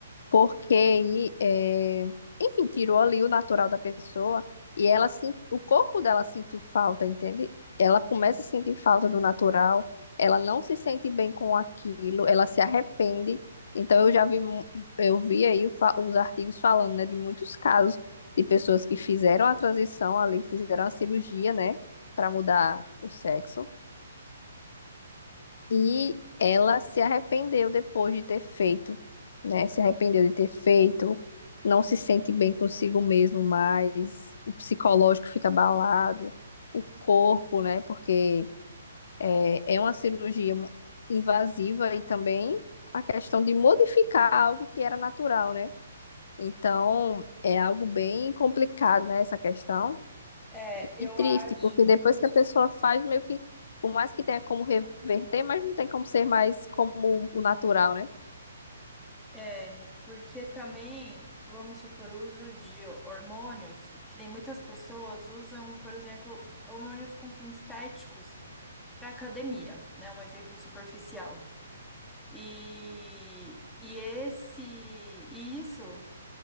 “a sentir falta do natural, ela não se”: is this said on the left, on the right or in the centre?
Left